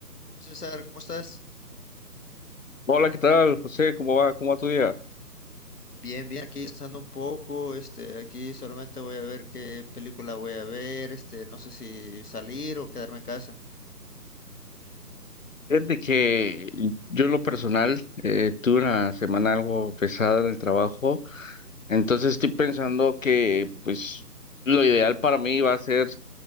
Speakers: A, on the left; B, on the left.
A: Hola, César, ¿cómo estás?
B: Hola, ¿qué tal, José? ¿Cómo va? ¿Cómo va tu día?
A: Bien, bien, aquí descansando un poco, este, aquí solamente voy a ver qué película voy a ver, este, no sé si salir o quedarme en casa.
B: Fíjate que yo en lo personal eh, tuve una semana algo pesada en el trabajo, entonces estoy pensando que pues lo ideal para mí va a ser